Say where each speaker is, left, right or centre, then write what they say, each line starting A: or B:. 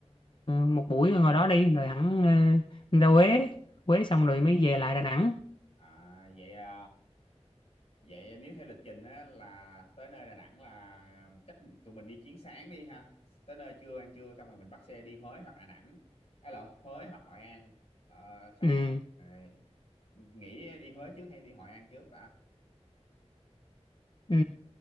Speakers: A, on the left (about 45°); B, on the left (about 65°).
A: một buổi ở ngoài đó đi rồi hẳn ờ, ra Huế Huế xong rồi mới về lại Đà Nẵng
B: À, vậy à, Vậy nếu theo lịch trình á, là tới nơi Đà Nẵng là chắc tụi mình đi chuyến sáng đi ha. Tới nơi trưa ăn trưa xong rồi mình bắt xe đi Huế hoặc Đà Nẵng. Hay lộn, Huế hoặc Hội An. Ờ, xong
A: ừ.
B: rồi ờ, nghĩ đi Huế trước hay đi Hội An trước ta?
A: Ừ,